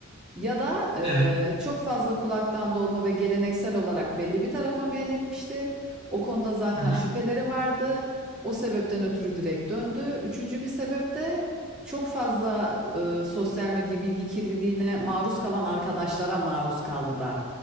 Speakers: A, in the centre; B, on the left.
A: Ya da eee,
B: Evet.
A: çok fazla kulaktan dolma ve geleneksel olarak belli bir tarafa meyletmişti. O konuda zaten
B: Hı hı.
A: şüpheleri vardı. O sebepten ötürü direkt döndü. Üçüncü bir sebep de çok fazla eee, sosyal medya bilgi kirliliğine maruz kalan arkadaşlara maruz kaldı da